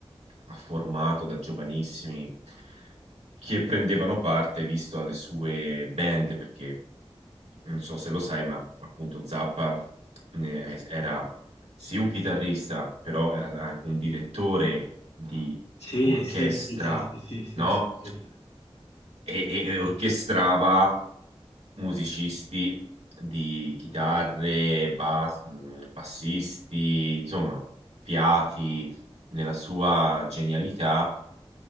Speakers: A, on the right (about 85°); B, on the left (about 75°).
A: ha formato da giovanissimi, che prendevano parte, visto alle sue band, perché non so se lo sai, ma appunto Zappa ne- è- era sì un chitarrista, però era anche un direttore di
B: sì,
A: orchestra,
B: sì, sì, sì, sì, sì, sì,
A: no?
B: sì, sì. Sì,
A: e, e- e orchestrava musicisti di chitarre, bas- bassisti, insomma, fiati nella sua genialità